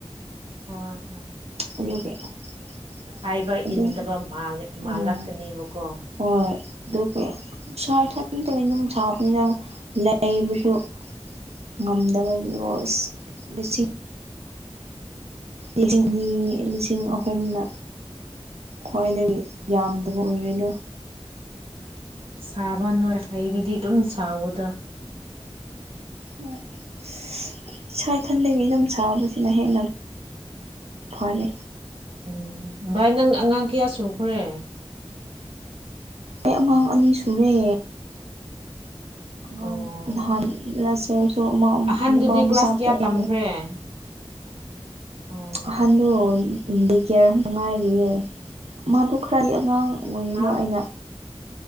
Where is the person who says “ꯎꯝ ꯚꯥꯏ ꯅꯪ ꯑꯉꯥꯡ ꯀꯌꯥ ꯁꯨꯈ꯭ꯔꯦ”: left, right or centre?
Right